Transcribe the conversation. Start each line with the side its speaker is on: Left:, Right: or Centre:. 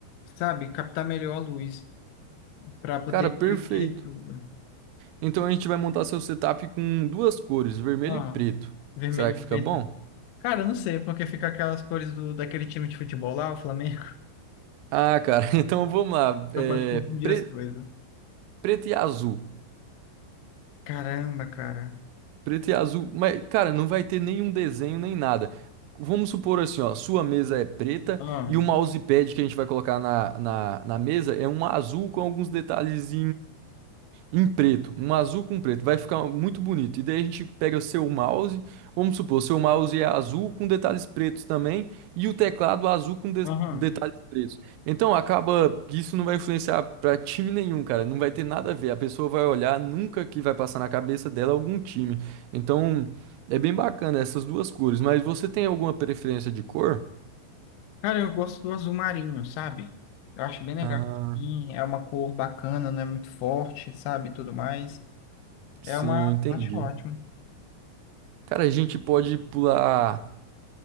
Left: sabe, captar melhor a luz, para poder
Right: Cara, perfeito.
Left: digerir tudo.
Right: Então a gente vai montar seu setup com duas cores, vermelho
Left: Ah,
Right: e preto.
Left: vermelho
Right: Será
Left: e
Right: que
Left: preto.
Right: fica bom?
Left: Cara, eu não sei, porque fica aquelas cores do, daquele time de futebol lá, o Flamengo.
Right: Ah, cara, <laughs> então vamos lá.
Left: <laughs>
Right: É,
Left: Só pode confundir
Right: pre-
Left: as coisas.
Right: preto e azul.
Left: Caramba, cara.
Right: Preto e azul. Mas, cara, não vai ter nenhum desenho nem nada. Vamos supor assim, ó, sua mesa é preta
Left: Ah,
Right: e o mousepad que a gente vai colocar na, na, na mesa é um azul com alguns detalhes Em preto, um azul com preto, vai ficar muito bonito. E daí a gente pega o seu mouse, vamos supor, o seu mouse é azul com detalhes pretos também, e o teclado azul com de-
Left: aham.
Right: detalhes pretos. Então acaba que isso não vai influenciar para time nenhum, cara, não vai ter nada a ver. A pessoa vai olhar, nunca que vai passar na cabeça dela algum time. Então é bem bacana essas duas cores, mas você tem alguma preferência de cor?
Left: Cara, eu gosto do azul marinho, sabe? Eu acho bem legal.
Right: Ah,
Left: Sim, é uma cor bacana, não é muito forte, sabe? Tudo mais.
Right: sim,
Left: É uma.
Right: eu entendi.
Left: Acho ótimo.
Right: Cara, a gente pode pular.